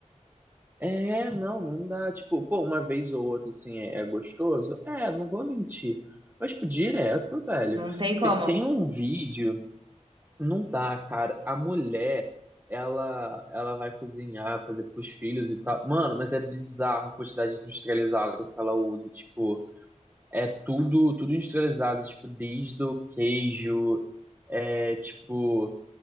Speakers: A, on the right (about 15°); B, on the right (about 40°).
A: É, não, não dá. Tipo, pô, uma vez ou outra, assim, é, é gostoso? É, não vou mentir. Mas, tipo, direto, velho.
B: Não tem como.
A: Tem, tem um vídeo. Não tá, cara. A mulher, ela, ela vai cozinhar, fazer pros filhos e tal. Mano, mas é bizarro a quantidade de industrializado que ela usa. Tipo, é tudo, tudo industrializado. Tipo, desde o queijo, é tipo,